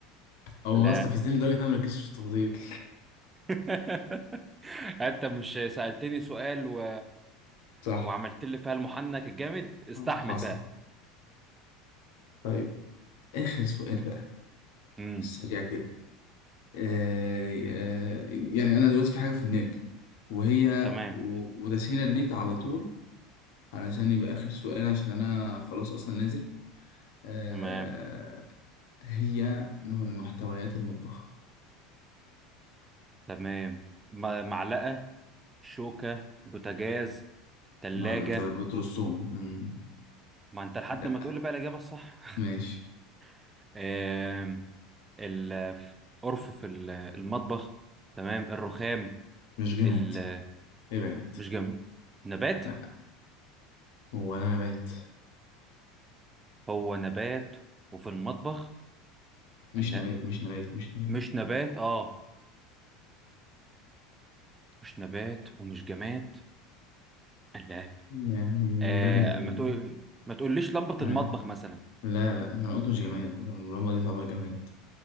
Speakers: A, on the left (about 70°); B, on the right (about 20°).
A: او الموضوع
B: لا
A: استفزني لدرجه ان انا ما ركزتش في التفاصيل <laughs>
B: <laughs> انت مش سألتني سؤال و...
A: صح
B: وعملت لي فيها المحنك الجامد استحمل
A: آه، حصل
B: بقى
A: طيب اخر سؤال بقى
B: امم
A: سريع كده آه آه يعني انا دلوقتي في حاجه في دماغي وهي
B: تمام
A: و- وتسهيلا ليك على طول علشان يبقى اخر سؤال عشان انا خلاص اصلا نازل آه
B: تمام
A: هي من محتويات المطبخ
B: تمام م- معلقة شوكة بوتاجاز تلاجة
A: اه ده انت بترصهم مم.
B: ما انت لحد
A: لا
B: ما تقول لي بقى الإجابة الصح
A: ماشي
B: <laughs> آم، القرف في ال- المطبخ تمام الرخام
A: مش جماد
B: ال...
A: ابعد
B: مش جامد نبات
A: لا هو انا نبات
B: هو نبات وفي المطبخ
A: مش
B: لا
A: نبات مش نبات مش نبات
B: مش نبات اه مش نبات ومش جماد لا
A: يعني من
B: آه
A: باب ال
B: ما تقول ما تقوليش لمبة
A: أي.
B: المطبخ مثلا
A: لا لا ما انا قلت مش جماد واللمبة دي تعتبر جماد